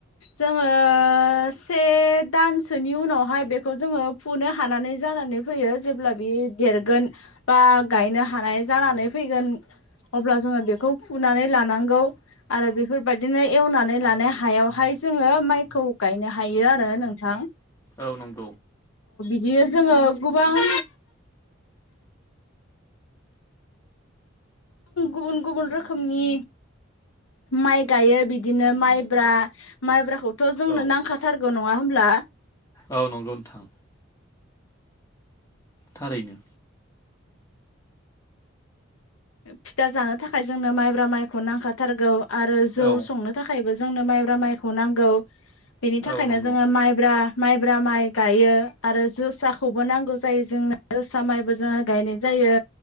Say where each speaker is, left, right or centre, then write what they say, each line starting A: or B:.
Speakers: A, on the left; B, on the left.
A: जोङो से दानसोनि उनावहाय बेखौ बेखौ जोङो फुनो हानानै जानानै फैयो जेब्ला बे देरगोन बा गायनो हानाय जानानै फैगोन अब्ला जोङो बेखौ फुनानै लानांगौ आरो बेफोरबायदिनो एवनानै लानाय हायावहाय जोङो माइखौ गायनो हायो आरो नोंथां।
B: औ नंगौ।
A: बियो जोङो गोबां गुबुन गुबुन रोखोमनि माइ गायो बिदिनो माइब्रा माइब्राखौ थ जोंनो
B: औ
A: नांखाथारगोन नङा होमब्ला।
B: औ नंगौ नोंथां। थारैनो।
A: फिथा जानो थाखाय जोंनो माइब्रा माइखौ नांखाथारगौ। आरो जौ
B: औ
A: संनो थाखायबो जोंनो माइब्रा माइखौ नांगौ। बेनि थाखायनो
B: औ नंगौ
A: जोङो माइब्रा माइब्रा माइ गायो आरो जोसाखौबो नांगौ जायो जोंनो जोसा माइबो जोङो गायनाय जायो।